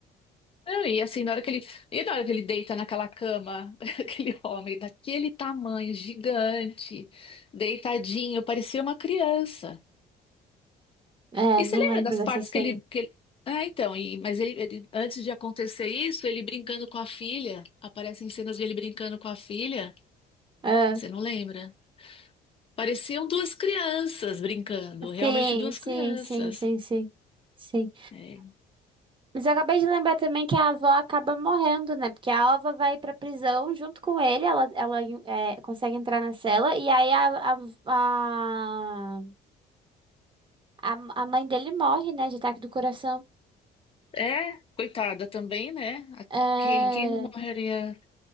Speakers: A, on the left (about 35°); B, on the right (about 30°).
A: Não, e assim, na hora que ele, e na hora que ele deita naquela cama, <laughs> aquele homem daquele tamanho, gigante, deitadinho, parecia uma criança.
B: É,
A: E
B: não
A: você lembra
B: lembro
A: das
B: dessa
A: partes
B: cena.
A: que ele, que ele... Ah, então, e, mas ele, ele- antes de acontecer isso, ele brincando com a filha, aparecem cenas dele brincando com a filha,
B: É.
A: Você não lembra? Pareciam duas crianças brincando, realmente
B: Sim,
A: duas
B: sim,
A: crianças.
B: sim, sim, sim. Sim.
A: É,
B: Mas eu acabei de lembrar também que a avó acaba morrendo, né? Porque a Alva vai pra prisão junto com ele, ela, ela é, consegue entrar na cela, e aí a, a, a, a, a mãe dele morre, né? De ataque do coração.
A: é, coitada também, né? A-
B: É,
A: Quem, quem não morreria?